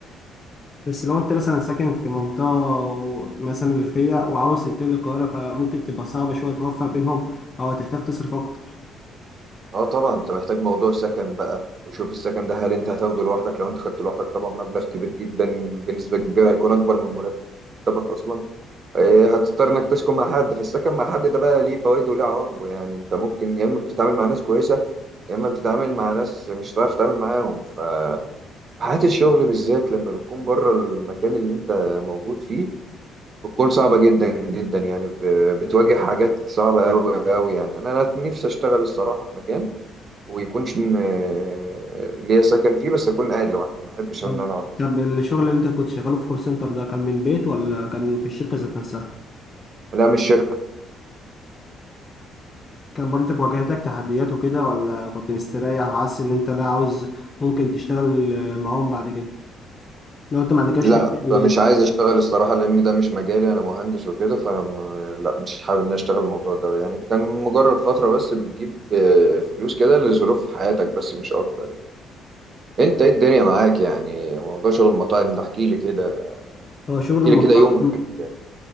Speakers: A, on the left; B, on the right.
A: بس لو انت مثلا ساكن في منطقة و- مثلا ريفية وعاوز تنتقل للقاهرة فممكن تبقى صعبة شوية توفق بينهم أو هتحتاج تصرف أكتر
B: اه طبعا انت محتاج موضوع سكن بقى وشوف السكن ده هل انت هتاخده لوحدك لو انت خدته لوحدك طبعا مبلغ كبير جدا بنسبة كبيرة هيكون اكبر من مرتبك اصلا آه، هتضطر انك تسكن مع حد فالسكن مع حد ده بقى ليه فوائده وليه عواقبه يعني انت ممكن يا اما بتتعامل مع ناس كويسة يا اما بتتعامل مع ناس مش هتعرف تتعامل معاهم فحياة الشغل بالذات لما بتكون بره المكان اللي انت موجود فيه بتكون صعبة جدا جدا يعني ب- بتواجه حاجات صعبة أوي أوي يعني أنا أنا نفسي أشتغل الصراحة في مكان ويكونش م- آه، ليا سكن فيه بس اكون قاعد لوحدي ما احبش
A: طب
B: ان انا اقعد مع
A: طب
B: حد
A: الشغل اللي انت كنت شغاله في كول سنتر ده كان من بيت ولا كان في الشركة ذات نفسها؟
B: لا مش شركه
A: كان برضك واجهتك تحديات وكده ولا كنت مستريح وحاسس ان انت لا عاوز ممكن تشتغل معاهم بعد كده؟ لو انت ما عندكش
B: لا
A: كده ليه؟
B: مش عايز اشتغل الصراحه لان ده مش مجالي انا مهندس وكده فانا م- لا مش حابب ان أنا اشتغل الموضوع ده يعني كان مجرد فتره بس بتجيب آه، فلوس كده لظروف حياتك بس مش اكتر يعني انت ايه الدنيا معاك يعني موضوع شغل المطاعم ده احكي لي كده
A: هو شغل
B: احكي
A: المطاعم
B: لي كده يومك ماشي إزاي؟